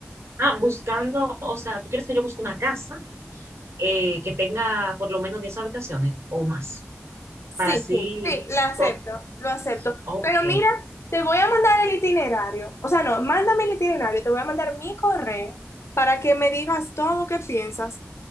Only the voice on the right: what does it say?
Ah, buscando, o sea, ¿tú quieres que yo busque una casa eh, que tenga por lo menos 10 habitaciones o más?
Para así,
to-
ok.